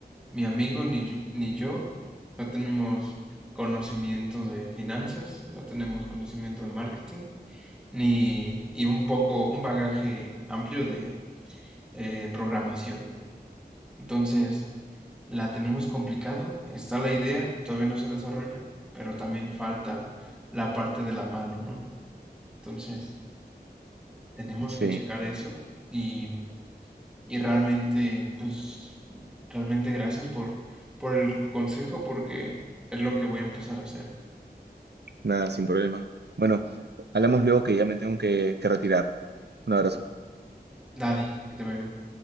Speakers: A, in the centre; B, on the right (about 85°).
A: Mi amigo ni ni yo no tenemos conocimiento de finanzas, no tenemos conocimiento de marketing, ni y un poco, un bagaje amplio de eh, programación. Entonces, la tenemos complicado, está la idea, todavía no se desarrolla, pero también falta la parte de la mano, ¿no? Entonces, tenemos
B: Sí,
A: que checar eso y Y realmente, pues, realmente gracias por, por el consejo porque es lo que voy a empezar a hacer.
B: nada, sin problema. Bueno, hablamos luego que ya me tengo que, que retirar. Un abrazo.
A: Dale, que te vaya bien.